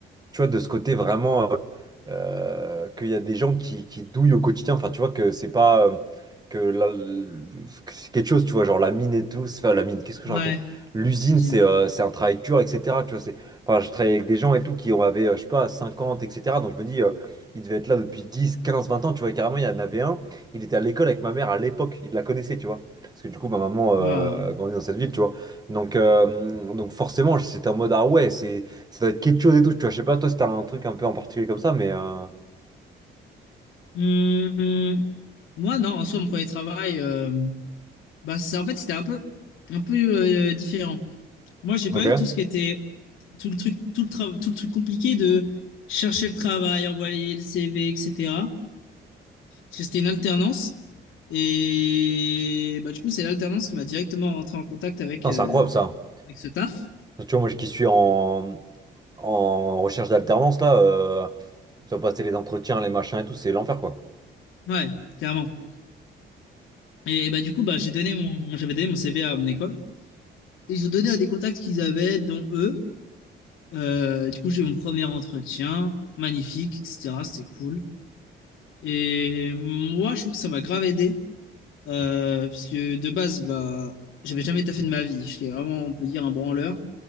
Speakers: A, on the right (about 20°); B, on the left (about 80°).
A: tu vois, de ce côté vraiment euh, qu'il y a des gens qui, qui douillent au quotidien. Enfin, tu vois que c'est pas euh, que, la- que c'est quelque chose, tu vois, genre la mine et tout. c'est- Enfin, la mine, qu'est-ce que
B: Ouais.
A: je raconte? L'usine,
B: L'usine.
A: c'est euh, c'est un travail dur, etc. Tu vois, c'est, enfin, je travaillais avec des gens et tout qui en avaient, euh, je sais pas, 50, etc. Donc je me dis, euh, il devait être là depuis 10, 15, 20 ans. Tu vois, et carrément, il y en avait un. Il était à l'école avec ma mère à l'époque. Il la connaissait, tu vois. Parce que du coup, ma maman euh,
B: Waouh.
A: a grandi dans cette ville, tu vois. Donc, euh, donc forcément, c'était en mode, ah ouais, c'est. Ça doit être quelque chose et tout, tu vois. Je sais pas, toi, si t'as un truc un peu en particulier comme ça, mais. euh,
B: Hum, hum. Moi, non, en soi, mon premier travail, euh, bah, ça, en fait, c'était un peu, un peu euh, différent. Moi, j'ai pas
A: Ok.
B: eu tout ce qui était tout le truc, tout le tra- tout le truc compliqué de chercher le travail, envoyer le CV, etc. Parce que c'était une alternance. Et bah, du coup, c'est l'alternance qui m'a directement rentré en contact avec,
A: Putain,
B: euh,
A: c'est incroyable ça.
B: avec ce taf.
A: Tu vois, moi, qui suis en, en recherche d'alternance, là, euh... tu dois passer les entretiens, les machins et tout, c'est l'enfer, quoi.
B: Ouais, clairement. Et bah, du coup, bah, j'ai donné mon, j'avais donné mon CV à mon école. Et ils ont donné à des contacts qu'ils avaient, dont eux. Euh, du coup, j'ai eu mon premier entretien, magnifique, etc. C'était cool. Et moi, je trouve que ça m'a grave aidé Euh, parce que de base, bah, j'avais jamais taffé de ma vie. J'étais vraiment, on peut dire, un branleur.